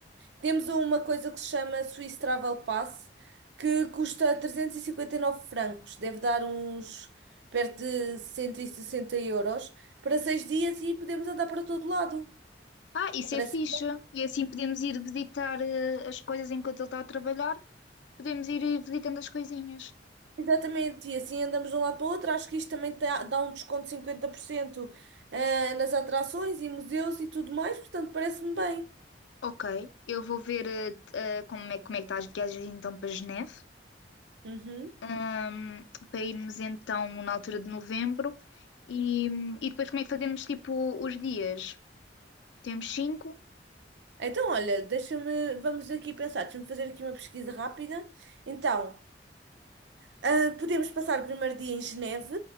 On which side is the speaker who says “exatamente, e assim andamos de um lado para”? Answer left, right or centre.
Right